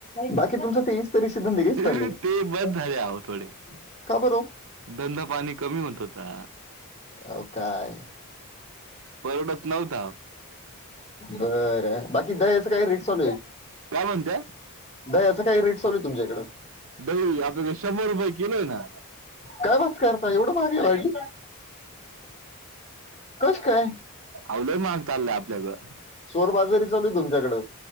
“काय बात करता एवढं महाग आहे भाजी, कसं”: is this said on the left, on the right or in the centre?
Left